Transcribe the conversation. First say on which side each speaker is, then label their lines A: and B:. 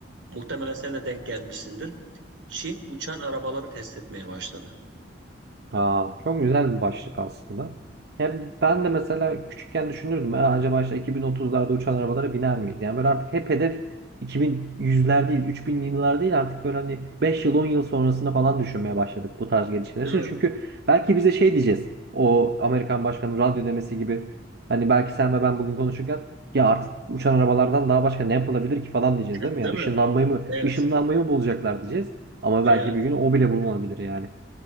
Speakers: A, on the right (about 80°); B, on the right (about 60°).
A: Muhtemelen sen de denk gelmişsindir. Çin uçan arabaları test etmeye başladı.
B: Aa, çok güzel bir başlık aslında. Hem ben de mesela küçükken düşünürdüm. "Aa, acaba işte 2030'larda uçan arabalara biner miyiz? Yani böyle artık hep hedef iki bin yüzler değil, 3000'li yıllar değil artık böyle hani 5 yıl 10 yıl sonrasına falan düşünmeye başladık bu tarz gelişmeler
A: Değil
B: için.
A: mi?
B: Çünkü belki bize şey diyeceğiz. O Amerikan başkanının radyo demesi gibi hani belki sen ve ben bugün konuşurken ya artık uçan arabalardan daha başka ne yapılabilir ki falan diyeceğiz
A: <laughs>
B: değil
A: Değil
B: mi ya? Işınlanmayı
A: mi?
B: mı,
A: Evet.
B: ışınlanmayı mı bulacaklar diyeceğiz. Ama
A: Evet.
B: belki bir gün o bile bulunabilir yani.